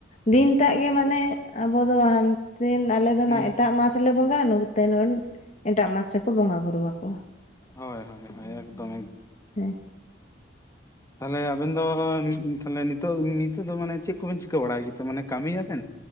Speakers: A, on the left (about 40°); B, on the left (about 15°).
A: ᱫᱤᱱ ᱴᱟᱜ ᱜᱮ ᱢᱟᱱᱮ ᱟᱵᱚ ᱫᱚ ᱦᱟᱱᱛᱮ ᱟᱞᱮ ᱚᱱᱟ
B: ᱦᱩᱸ
A: ᱮᱴᱟᱜ ᱢᱟᱥ ᱨᱮᱞᱮ ᱵᱚᱸᱜᱟ ᱱᱛᱮ ᱱᱚ ᱮᱴᱟᱜ ᱢᱟᱥ ᱨᱮᱠᱚ ᱵᱚᱸᱜᱟ ᱵᱩᱨᱩ ᱟᱠᱚ
B: ᱦᱳᱭ ᱦᱳᱭ
A: ᱦᱮᱸ
B: ᱦᱳᱭ ᱮᱠᱫᱚᱢ
A: ᱦᱮᱸ
B: ᱮᱠᱫᱚᱢ᱾
A: ᱦᱮᱸ
B: ᱛᱟᱦᱞᱮ ᱟᱵᱮᱱ ᱫᱚ ᱛᱟᱦᱞᱮ ᱱᱤᱛᱚᱜ ᱱᱤᱛᱚᱜ ᱫᱚ ᱢᱟᱱᱮ ᱪᱮᱫ ᱠᱚᱵᱮᱱ ᱪᱤᱠᱟᱹ ᱵᱟᱲᱟᱭ ᱜᱮᱛᱮ ᱠᱟᱹᱢᱤᱭᱟᱵᱮᱱ?